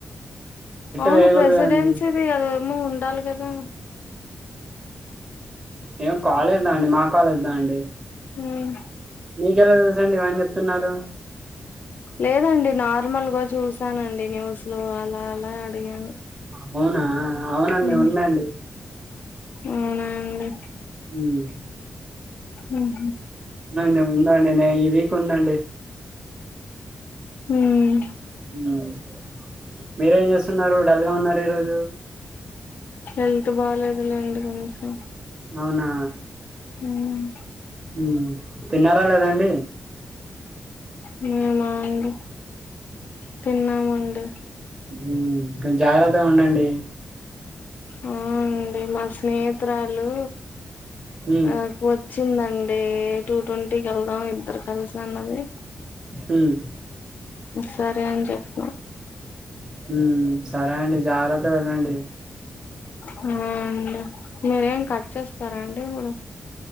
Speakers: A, on the left; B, on the right.
A: అవును
B: వేయకూడదు
A: ప్రెసిడెన్సీది
B: కదండి
A: అదేమో ఉంది ఉండాలి కదా
B: ఏం కాలేజ్ దా అండి మా కాలేజ్ దా అండి
A: ఉమ్
B: మీకేలా తెలుసు అండీ ఇవాంజెప్ తున్నారు
A: లేదండి నార్మల్ గా చూసానండి న్యూస్ లో అలా అలా అడిగాను
B: అవునా అవునండి
A: ఉమ్
B: ఉందండి
A: అవునా అండీ
B: ఉమ్
A: ఉమ్ హు
B: ఉందండి ఉందండి నే ఈ వీక్ ఉందండి
A: ఉమ్
B: ఉమ్. మీరేం చేస్తున్నారు డల్ గా ఉన్నారు ఈ రోజు
A: హెల్త్ బాలేదులేండి కొంచెం
B: అవునా
A: ఉమ్
B: ఉమ్. తిన్నారా లేదండి
A: మేము అండి తిన్నామండి
B: ఉమ్ కొ జాగ్రత్తగా ఉండండి
A: ఆ అండి మా స్నేహితురాలు
B: హ్మ్
A: ఆకు వచ్చిందండి టె టూ టట్వంటీ వెల్ధమ్ ఇద్దరు కలుస అన్నది
B: హ్మ్
A: సరే అని చెప్ప
B: హ్మ్ జాగ్రత్తగా సరే అండి
A: అవునండి మీరేం కట్ చేస్తారా అండి ఇప్పుడు